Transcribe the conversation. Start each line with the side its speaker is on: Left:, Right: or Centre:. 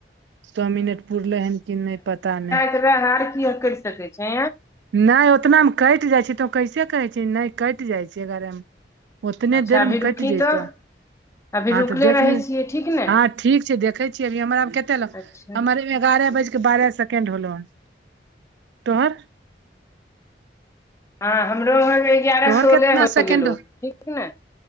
Right: सए मिनट पुरले हन कि नहि पता नइ।
Left: तोरा हार क करि सकैत छै।
Right: नय ओतनामे कटि जाइ छै। तऽ कैसे कहै छ नहि कटि जाइ छै घरेमे। ओतने
Left: अच्छा
Right: देरमे
Left: अभी
Right: कटि
Left: रुकी
Right: जइत।
Left: तऽ अभी
Right: हँ
Left: रुकले
Right: तऽ देख
Left: रहै
Right: लियौ
Left: छियै ठीक ने
Right: हँ ठीक छै। देखै छीयै अभी हमरा कते लग
Left: अच्छा
Right: हमर एगारह बजके बारह सेकेण्ड होलो हन तोहर।
Left: हँ हमरो वहाँ एगारह
Right: तोहर
Left: सोलहे
Right: केतना
Left: होइ
Right: सेकेंड
Left: गेलौ
Right: हो
Left: ठीक ने।